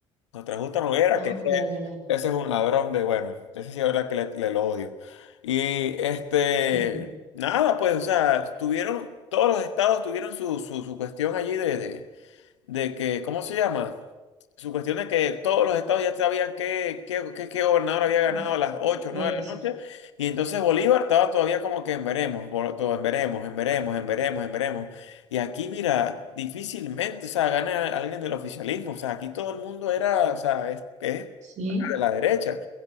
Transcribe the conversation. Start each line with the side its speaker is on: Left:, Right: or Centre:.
Left: Nos trajo esta hoguera,
Right: ajá,
Left: que ese,
Right: ya, ya,
Left: ese es un ladrón de, bueno, ese sí es verdad que le, le lo odio. Y este,
Right: ya.
Left: nada, pues, o sea, tuvieron, todos los estados tuvieron su, su, su cuestión allí de, de, de que, ¿cómo se llama? Su cuestión de que todos los estados ya sabían qué, qué, qué- qué gobernador había ganado
Right: <laughs>
Left: a las 8 o
Right: Eso,
Left: 9 de la noche, y entonces Bolívar estaba todavía como que en veremos, bo- todo en veremos, en veremos, en veremos, en veremos. Y aquí, mira, difícilmente, o sea, gana alguien del oficialismo, o sea, aquí todo el mundo era, o sea, es, es
Right: sí.
Left: de la derecha.